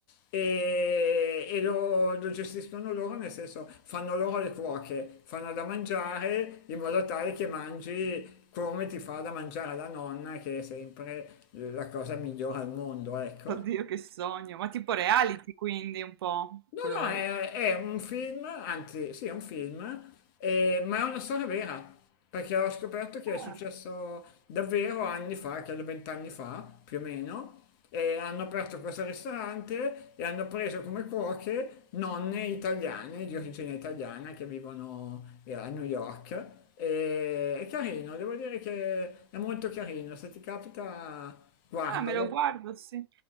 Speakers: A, on the left; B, on the right.
A: e, e lo, lo gestiscono loro, nel senso fanno loro le cuoche, fanno da mangiare in modo tale che mangi come ti fa da mangiare la nonna, che è sempre la cosa migliore al mondo, ecco.
B: Oddio, che sogno. Ma tipo reality, quindi un po'
A: No,
B: quello.
A: no, è, è un film, anzi, sì, è un film, eh, ma è una storia vera, perché ho scoperto che è successo
B: Ah,
A: davvero anni fa, credo vent'anni fa, più o meno, e hanno aperto questo ristorante e hanno preso come cuoche nonne italiane, di origine italiana, che vivono eh, a New York. E, è carino, devo dire che è molto carino, se ti capita, guardalo.
B: ah, me lo guardo, sì.